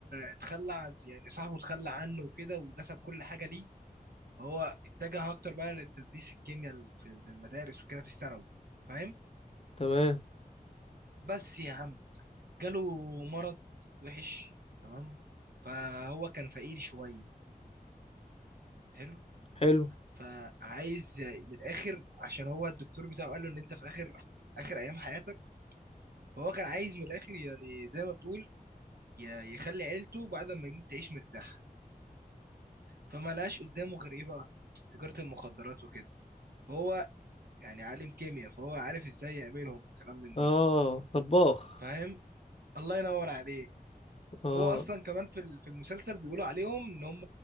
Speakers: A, on the right; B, on the left.
A: اتخلى عن يعني صاحبه اتخلى عنه وكده ونسب كل حاجه ليه هو اتجه اكتر بقى لتدريس الكيمياء في المدارس وكده في الثانوي فاهم
B: تمام
A: بس يا عم جاله مرض وحش تمام فهو كان فقير شويه حلو
B: حلو
A: فعايز من الاخر عشان هو الدكتور بتاعه قال له ان انت في اخر اخر ايام حياتك فهو كان عايز من الاخر يعني زي ما تقول ي- يخلي عيلته بعد ما يموت تعيش مرتاحه فما لقاش قدامه غير ايه بقى تجاره المخدرات وكده فهو يعني عالم كيمياء فهو عارف ازاي يعملهم وكلام من
B: اه
A: ده
B: طباخ
A: فاهم الله ينور عليك
B: اه
A: هو اصلا كمان في ال- في المسلسل بيقولوا عليهم ان هم